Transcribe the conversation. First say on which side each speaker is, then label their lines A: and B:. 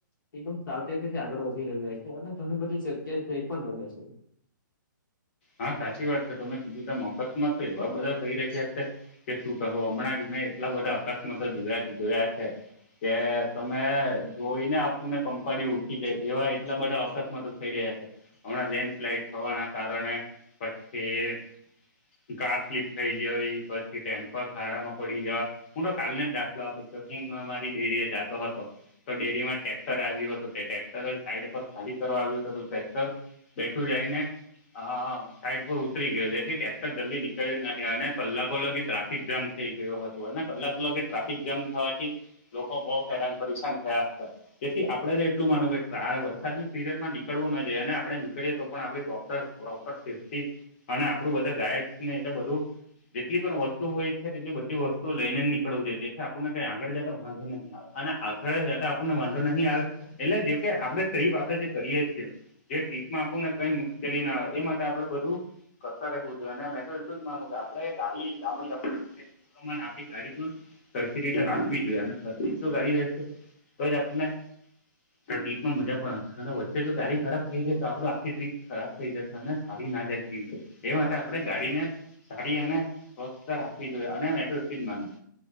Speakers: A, on the left; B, on the left.
A: એકદમ સાવચત થી આગળ વધી રહ્યા તો અને ઘણી બધી જગ્યાએ જઈ પણ રહ્યા છે.
B: હા સાચી વાત છે તમે સીધીધ મોકસ્માત તો એવા બધા થઈ રહ્યા છે. કે શું કવું હમણાં જ મેં એટલા બધા અકસ્માતો જોયા જોયા છે. કે તમે જોઈને આપણને કંપાારી ઉઠી જાય એવા એટલા બધા અકસ્માતો થઈ રહ્યા છે. હમણાં લેન્ડ સ્લાઈડ થવાના કારણે. પછી કાર સ્લીપ થઈ જ બસ. ખાડામાં પડી જવા હું તો કાલ ને જ દાખલો આપું કે હું મારી ડેરી જતો હતો. ડેરીમાં ટ્રેક્ટર આવ્યું હતું તે ટ્રેક્ટર સાઈડ પર ખાલી કરવા આવ્યું હતું તો ટક્ટર. બેઠું જાય ને હા સાઈડ પર ઉતરી ગયયો જેથી ક્ટર જલ્દી નીકળ્યું નહીં અને કલાકો લગી ટ્રાફિક જામ થઈ ગયું હતું અને કલાકલાકે ટ્રાફિક જામ થવાથી લોકો બહુ હેરાન પરેશાન થયા હતા જેથી આપણે તો એટલું માનુંવ કે વરસાદની સિઝનમાં નીકળવું ન જાયએ અને આપણે નીકળીએ તો પણ આપણી પ્રોપ્ટર પ્રોપર સેફ્ટી અને આપડું બધા ગાઈડ ને એટલે બધું જેટલી પણ વસ્તુ હોય છે તેટલી બધી વસ્તુઓ લઈને નીકવ જોઈએ જેથી આપણુંને કઈ આગળ જતા વાંધો અને આખરે આપણને વાંધો નહીિ આવે એટલે જે કે આપણે ટફ આપડે જે કરીએ જે ટ્રીપમાં આપું ને કઈ મુશ્કેલી ના હોય એ માટે આપડે બધું કરતા રખવું જોઈએ અને મેં તો એટલું જ માનું કે આપડે ગાડી આપ માણે આપણી ગાડી પણ સરખી રીતે રાખવી જોઈએ અને સર તો ગાડી રહેશે તોઈ જતમેં ટ્રીપ માં મજા પણ આવશે અને વચ્ચે જો ગાડી ખરાબ થઈ જાય તો આપડું આખી ટ્રીપ ખરાબ થઈ જશે ને કારી ના જાય એ માટે આપે ગાડીને જાાડીી અને સ્વસ્થ રાખવી જોઈએ અને મેઠો એટલી જ માનું